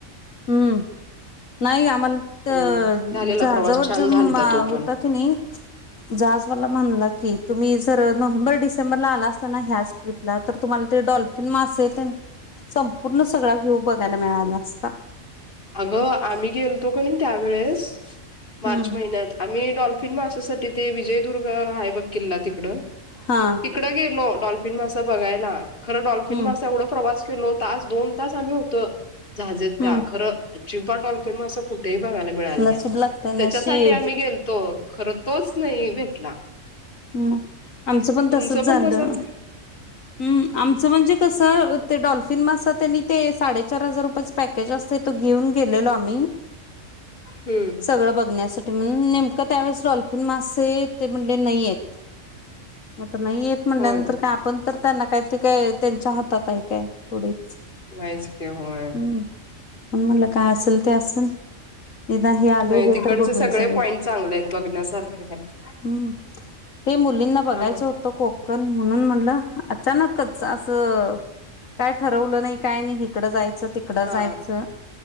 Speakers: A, on the left; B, on the left.
A: हम्म नाही आम्हाला
B: पण झालेला प्रवास
A: जव
B: छान झालता तो
A: होत
B: पण
A: की नाही जजवाला म्हण की क तुम्ही जर नोव्हेंबर डिसेंबरला आला असता ना ह्याच ट्रिपला तर तुम्हाला ते डॉल्फिन मासेल संपूर्ण सगळा व्ह्यू बघायला मिळाला असता
B: अगं आम्ही गेलतो का नाही त्यावेेळेस मार्च
A: हम्म
B: महिन्यात आम्ही डॉल्फिन मासासाठी ते विजय दुर्ग हायबग किल्ला तिकडं
A: हा
B: तिकडं गेलो डॉल्फिन मसा बघायला खरं डॉल्फिन
A: हम्म
B: मासा एवढं प्रवास केलो तास दोन तास आम्ही होतो झाजे त्या
A: हम्म
B: खरं अजिबबाडलफन म असं कुठ ते बघायला मिळाल नाही
A: नशीब
B: आम्हाला
A: लागतय
B: त्याच्यासाठी
A: नशीब
B: आम्ही गेलतो खर तोच नाही भेटला
A: हम् आमचं पण
B: तुमचं
A: तसच झालं
B: पण तसच
A: हम्म आमचं म्हणजे कसं ते डॉल्फिन मसतात त्यां आणि ते साडेचार हजार रुपयाचे पॅकेज असते त घेऊन गेलेलो आम्ही
B: हम्म
A: सगळ बघण्यासाठीण नेम का त्यावेेळेस डॉल्फिन मासे ते म्हटले नाहीयेत आता नाही येत म्हटल्यानंतर
B: होय
A: का आपण तर त्यांना काय ते काय त्यांच्या हातात काय थडीच
B: नाहीच की होय
A: हम्म प म्हटलं काय असेल ते असेल निदा हे आल
B: नाही
A: हे
B: तिकडचे
A: तर बघून
B: सगळे
A: जाऊया
B: पॉइंट चांगले आहेत बघण्यासारखे आहेत
A: हम् ते मुलींना बघायचं
B: छान वाट
A: होतं कोकण म्हणून म्हणलं अचानकच असं काय ठरवलं नाही काय नाही हिकडं जायचं तिकडं
B: हा
A: जायचं